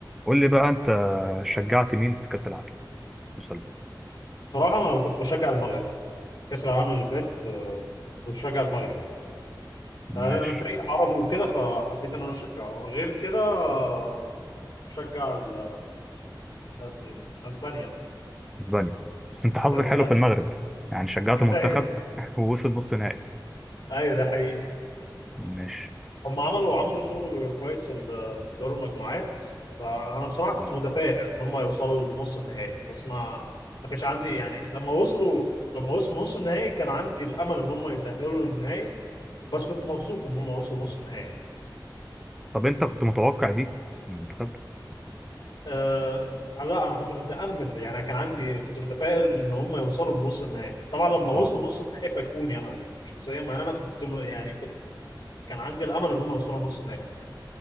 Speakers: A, in the centre; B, on the left.
A: قول لي بقى انت شجعت مين في كأس العالم وصل ده
B: بصراحة أنا كنت بشجع المغرب كأس العالم اللي فات آه، كنت بشجع المغرب يعني
A: ماشي
B: أنا أنا فريق عربي وكده فحبيت إن أنا أشجعه غير كده آه، بشجع ال- يعني أسبانيا
A: اسبانيا بس انت حظك
B: <laughs> أسبانيا
A: حلو في المغرب يعني شجعت
B: <laughs>
A: منتخب <laughs> ووصل نص نهائي
B: أيوة ده حقيقي
A: ماشي
B: هم عملوا عملوا شغل كويس في ال- في دور المجموعات فأنا بصراحة كنت
A: اه
B: متفائل إن هم يوصلوا لنص النهائي بس ما ما كانش عندي يعني لما وصلوا لما وصلوا نص النهائي كان عندي الأمل إن هم يتأهلوا للنهائي بس كنت مبسوط إن هم وصلوا نص النهائي
A: طب انت كنت متوقع دي من منتخب
B: آه لا انا كنت متامل يعني كان عندي كنت متفائل ان هم يوصلوا لنص النهائي طبعا لما وصلوا
A: اه
B: لنص النهائي فاجئوني انا شخصيا مع ان انا كنت م- يعني كنت كان عندي الامل ان هم يوصلوا لنص النهائي